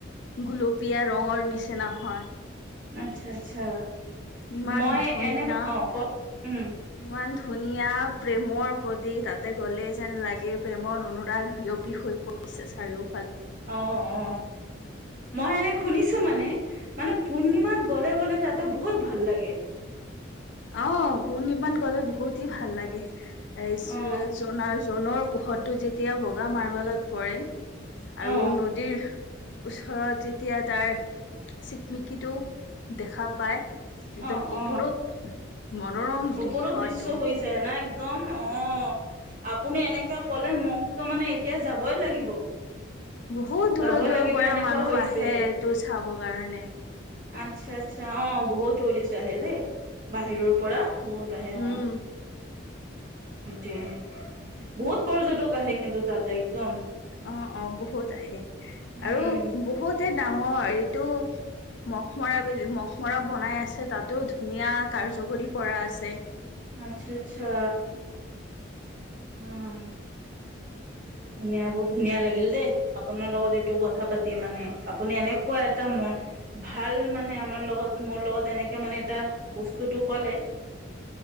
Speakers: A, on the left (about 65°); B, on the right (about 40°).
A: গুলপীয়া ৰঙৰ নিচিনা হয়।
B: আচ্ছা আচ্ছা
A: ইমান
B: মই
A: ধুনীয়া
B: এনে অ কও উম
A: ইমান ধুনীয়া প্ৰেমৰ প্ৰতি তাতে গ'লে যেন লাগে প্ৰেমৰ অনুৰাগ বিয়পি হৈ প চায়ও
B: অ অ মই এনে শুনিছো মানে মানে পূৰ্ণিমাত গ'লে গ'লে তাতো বহুত ভাল লাগে
A: অ পৰ্ নিপান গলে বহুতেই ভাল লাগে এ
B: অ
A: জনাৰ জনৰ পোহৰটো যেতিয়া বগা মাৰ্বেলত পৰে আৰু
B: অ
A: নদীৰ ওচৰত যেতিয়া তাৰ চিকমিকিটো দেখা পায়। একদম
B: অ
A: অপৰূপ
B: অ
A: মনোৰম
B: ওপৰৰ
A: দৃশটো
B: দৃশ্য হৈ যায় না একদম অ আপুনি এনেকে কলে মোকতো মানে এতিয়া যাবই লাগিব
A: বহুত দূৰৰ
B: যাবই
A: দূৰৰ
B: লাগিব
A: পৰা
B: এনেকুৱা
A: মানুহ
B: হৈছে
A: আহে এইটো চাব কাৰণে
B: আচ্ছা আচ্ছা অ বহুত টুৰিষ্ট আহে দেই বাহিৰৰ পৰা বহুত আহে
A: উম,
B: অ। সটোয়ে বহুত পৰ্যটক আহে কিন্তু তাত একদম
A: অ অ বহুত আহে
B: উম
A: আৰু বহুতে ডাঙৰ এইটো মখমৰা বি মখমৰা বনাই আছে তাতেও ধুনীয়া কাৰ্যকৰী কৰা আছে।
B: আচ্ছা আচ্ছা। আহ বহুত ধুনীয়া বহুত ধুনীয়া লাগিল দেই আপোনাৰ লগত এইটো কথা পাতি মানে আপুনি এনেকুৱা এটা ম ভাল মানে আমাৰ লগত মোৰ লগত এনেকে মানে এটা বস্তুতটো কলে কলে